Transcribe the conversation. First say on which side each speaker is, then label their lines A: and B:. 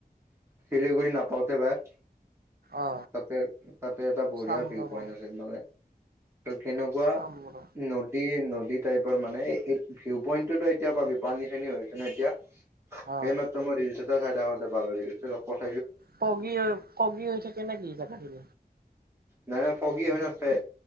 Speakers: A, on the right; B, on the right.
A: শিলিগুৰি নাপাওঁতেই পাই।
B: অ
A: তাতে- তাতে এটা বঢ়িয়া
B: চাম
A: ভিউ
B: ৰ
A: পইন্ট
B: মই
A: আছিল মানে তাত কেনেকুৱা
B: চাম ৰ
A: নদী -নদী টাইপৰ মানে ভিউ পইটটোতো এতিয়া পাবি পানী চানী হৈছে ন এতিয়া।
B: অ
A: এই মাত্ৰ মই দেখিছোঁ চাইডাতে ভাল <unintelligible>
B: ফগী হৈ ফগী হৈ থাকে নে কি থাকে? থাকিব
A: নাই নাই ফগী হয় নাথকে